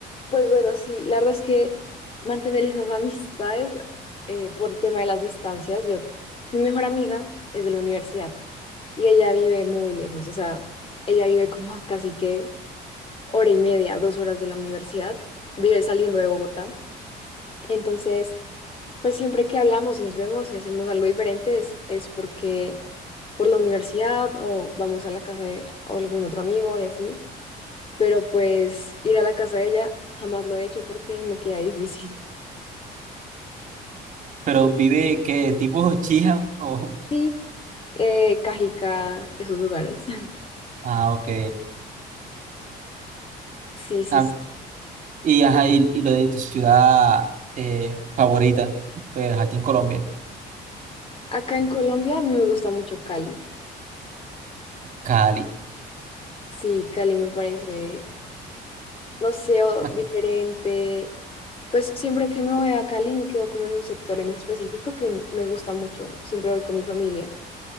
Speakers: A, on the left; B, on the right.
A: pues bueno, sí, la verdad es que mantener esas amistades eh, por el tema de las distancias, yo, mi mejor amiga es de la universidad y ella vive muy lejos, o sea, ella vive como a casi que hora y media, dos horas de la universidad, vive saliendo de Bogotá, entonces, pues siempre que hablamos y nos vemos y hacemos algo diferente es, es porque por la universidad o vamos a la casa de algún otro amigo y así pero pues ir a la casa de ella jamás lo he hecho porque me queda difícil. <laughs>
B: Pero vive, ¿qué? ¿Tipo chija <laughs> o...?
A: Sí, eh, Cajica, esos lugares. <laughs>
B: Ah, ok.
A: Sí, sí,
B: Ah,
A: sí.
B: y, ajá, y, y lo de tu ciudad eh, favorita, pues aquí en Colombia,
A: Acá en Colombia a mí me gusta mucho Cali.
B: Cali.
A: Sí, Cali me parece, no sé,
B: <laughs>
A: o- diferente. Pues siempre que me voy a Cali me quedo como en un sector en específico que m- me gusta mucho. Siempre voy con mi familia.